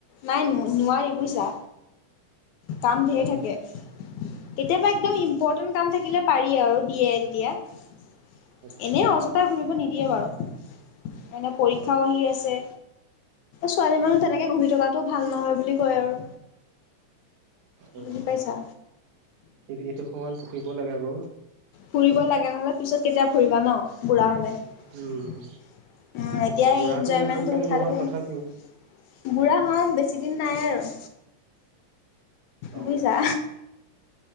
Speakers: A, on the left; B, on the right.
A: নাই নোৱাৰি বুইছা কাম ধেৰ
B: অ
A: থাকে। কেতিয়াবা একদম ইম্পৰ্টেণ্ট
B: আচ্ছা
A: কাম থাকিলে পাৰি আৰু দিয়ে তেতিয়া।
B: আচ্ছা
A: এনে অযথা ঘূৰিব নিদিয়ে বাৰু এনে পৰীক্ষাও
B: অ
A: আহি আছে ছোৱালী মানুহ তেনেকে ঘূৰি থকাটো ভাল নহয় বুলি কয় আৰু।
B: অঁহ
A: বুজি পাইছা
B: এইটো সময়ত পঢ়িব লাগে আক'?
A: ফুৰিব লাগে নহ'লে পিছত কেতিয়া ফুৰিবা ন? বুঢ়া হলে।
B: উম
A: উম এতিয়াই
B: বুঢ়াটো
A: এনজয়মেন্টটো
B: ইমান সোনকালে
A: উঠাই
B: নহয়
A: লব লা
B: তথাপিও
A: বুঢ়া হম বেছিদিন নাই আৰু।
B: অ
A: বুইজা